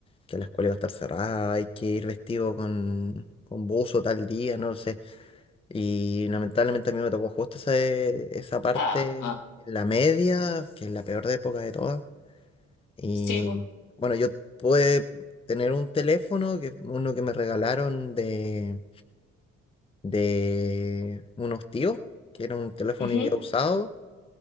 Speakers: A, on the left; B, on the left.
A: que la escuela iba a estar cerrada, hay que ir vestido con, con buzo tal día, no lo sé. Y lamentablemente a mí me tocó justo ese- esa parte,
B: Ah, ah,
A: en la media, que es la peor de época de todas. Y
B: sí, pues.
A: bueno, yo pude tener un teléfono, que, uno que me regalaron de, de unos tíos, que era un teléfono
B: Ujú.
A: ya usado